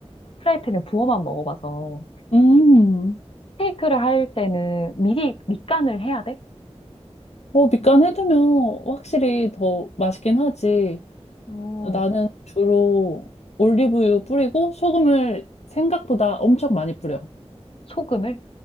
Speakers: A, on the left (about 55°); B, on the left (about 80°).
A: 프라이팬에 부어만 먹어봐서
B: 음,
A: 스테이크를 할 때는 미리 밑간을 해야 돼?
B: 뭐 밑간 해두면 확실히 더 맛있긴 하지.
A: 어,
B: 나는 주로 올리브유 뿌리고 소금을 생각보다 엄청 많이 뿌려.
A: 소금을?